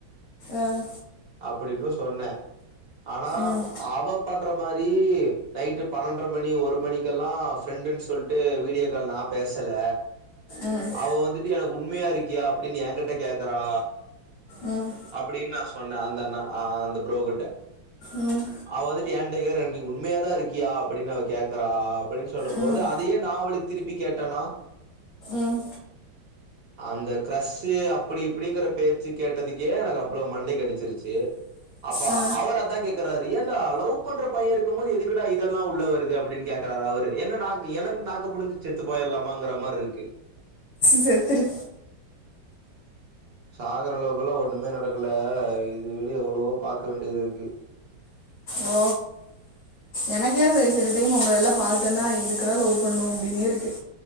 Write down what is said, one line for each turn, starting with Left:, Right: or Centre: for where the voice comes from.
Left: ம்
Right: அப்டின்னு சொன்னே ஆனா
Left: ம்
Right: அவ பண்ற மாரி நைட்டு பன்னெண்டர மணி ஒரு மணிக்கெல்லா ஃப்ரெண்டுன்னு சொல்ட்டு வீடியோ கால் நா பேசல
Left: ம்
Right: அவ வந்துட்டு எனக்கு உண்மையா இருக்கியா அப்டின்னு என்கிட்ட கேக்குறா
Left: ம்
Right: அப்டின்னு நா சொன்ன அந்த அண்ண அந்த புரோ கிட்ட
Left: ம்
Right: அவ வந்துட்டு என்ட்ட கேக்ற உண்மையா தா இருக் கியா அப்டின்னு அவ கேக்கறா அப்டின்னு சொல்லும்
Left: ம்
Right: போது அதையே நான் அவள திருப்பி கேட்டனா
Left: ம்
Right: அந்த க்ரஷு அப்டி இப்டிங்கற பேச்சு கேட்டதுக்கே எனக்கு அவ்ளோ மண்டைக்கடிச்சிருச்சு அப்ப
Left: ஆ
Right: அவர் அதா கேக்குறார் ஏன்டா லவ் பண்ற பையன் இருக்கும் போது எதுக்கு க்குடா இதெல்லாம் உள்ள வருது அப்டின்னு கேக்குறாரு அவரு என்ன எனக்கு நாக்கு புடுங்கி செத்து போயிடலாமாங்கிற மாரி இருக்கு
Left: செத்ரு
Right: சாகர அளவுகள்ல்லா ஒண்ணுமே நடக்கல இது விட எவ்வளவோ பாக்க வேண்டியது இருக்கு
Left: ஓ எனக்கே சில் சில் டைம் உங்களெல்லா பாத்தன்னா எதுக்குடா லவ் பண்ணோ அப்டின்னேருக்கு